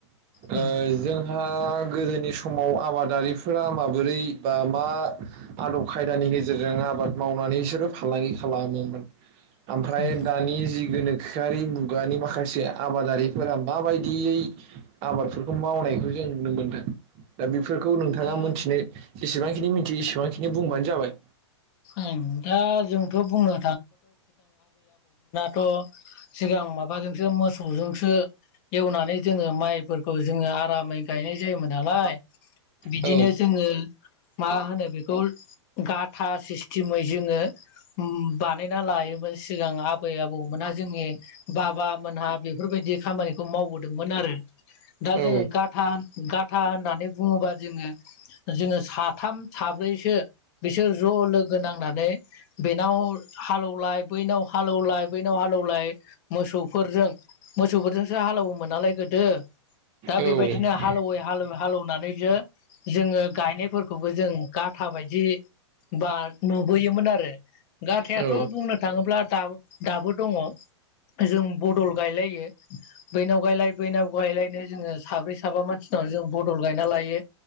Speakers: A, on the left; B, on the right.
A: उम
B: ओ
A: उम
B: जों हा गोदोनि समाव आबादारिफोरा माबोरै बा मा आदब खायदानि गेजेरजों आबाद मावनानै इसोरो फालांगि खालामोमोन ओमफ्राय
A: उम
B: दानि जि गोनोखोआरि मुगानि माखासे आबादारिफोरा माबायदियै आबादफोरखौ मावनायखौ जों नुनो मोनो दा बिफोरखौ नोंथाङा
A: दा
B: मोनथिनो एसेबांखिनि मिन्थियो इसेबांखिनि बुंबानो जाबाय।
A: ओं दा जोंथ' बुंनो थ' सिगां माबाजोंसो मोसौजोंसो। एवनानै जोङो माइफोरखौ जोङो आरामै गायनाय जायोमोन। नालाय बिदिनो
B: औ
A: जों माहोनो गाथा सिसथिमै जोङो मो बानायना लायोमोन सिगां आबै आबौमोनहा जोंनि बाबामोनहा बेफोरबायदि खामानिखौ मावबोदोंमोन आरो दा
B: औ
A: जोङो गाथा गाथा होननानै बुङोबा जोङो जोङो साथाम साब्रैसो बिसोर ज' लोगो नांनानै बेनाव हालौलाय बैनाव हालौलाय बैनाव हालौलाय मोसौफोरजों मोसौफोरजोंसो हालौवोमोन नालाय गोदो दा
B: औ
A: बेबायदिनो
B: औ
A: हालौवै हालौवै हालौवनानै जो जोङो गायनाय खौबो जों गाथा बायदि बा नुबोयोमोन आरो गाथायाथ'
B: औ औ
A: बुंनो थाङोब्ला दा दाबो दङ। जों बदल गायलायो बैनाव गायलाय बैनाव गायलायनो जोङो साब्रै साबा मानसि जों बदल गायना लायो